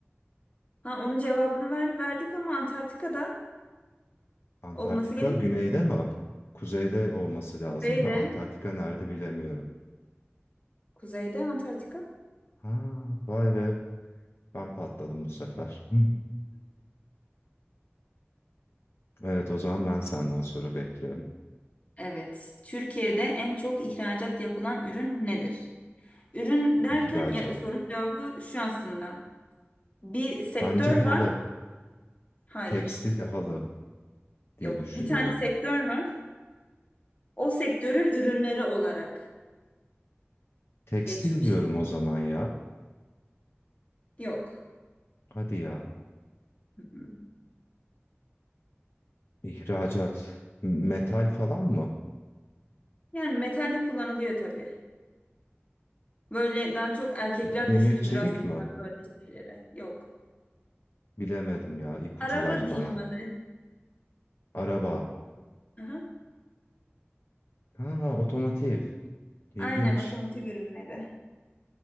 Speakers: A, on the left (about 35°); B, on the left (about 65°).
A: Ha, onun cevabını ver, verdik ama Antarktika'da
B: Antarktika
A: olması gerekmiyor
B: güneyde
A: mu?
B: mi? Kuzeyde olması lazım
A: Kuzeyde.
B: da Antarktika nerede bilemiyorum.
A: Kuzeyde Antarktika.
B: Ha, vay be ben patladım bu sefer. Hı. Evet o zaman ben senden soru bekliyorum.
A: Evet. Türkiye'de en çok ihracat yapılan ürün nedir? Ürün derken
B: İhracat.
A: ya, sorun cevabı şu aslında. Bir sektör
B: Bence halı,
A: var. Hayır.
B: tekstil halı diye
A: Yok.
B: düşünüyorum.
A: Bir tane sektör var. O sektörün ürünleri olarak
B: Tekstil
A: geçmiş.
B: diyorum o zaman ya.
A: Yok.
B: Hadi ya.
A: Hı hı.
B: İhracat. Metal falan mı?
A: Yani metalde kullanılıyor tabii. Böyle daha çok erkekler
B: Demir
A: düşkündür
B: çelik
A: aslında
B: mi?
A: böyle şeylere. Yok.
B: Bilemedim ya. İpucu
A: Araba
B: ver
A: diyeyim
B: bana.
A: hadi.
B: Araba.
A: Aha.
B: Ha, otomotiv. İlginç.
A: Aynen otomotiv ürünleri.